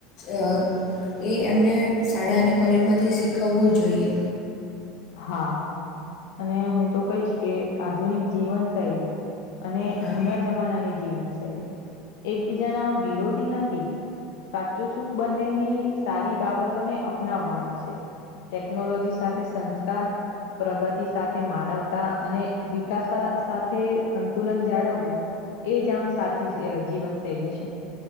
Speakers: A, on the left; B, on the left.
A: અહ એ એમને શાળા અને કોલેજમાંથી શીખવવું જોઈએ.
B: હા. અને હું તો કહીશ કે આધુનિક જીવનશૈલી અને
A: હા
B: જૂના જમાનાની જીવનશૈલી એકબીજાના આમ વિરોધી નથી. સાચું સુખ બંનેની સારી બાબતોને અપનાવવામાં છે. ટેકનોલોજી સાથે સંસ્કાર પ્રગતિ સાથે માનવતા અને વિકાસ સા સાથે સંતુલન જાળવવું એ જ આમ સાચી જીવન અહ શૈલી છે.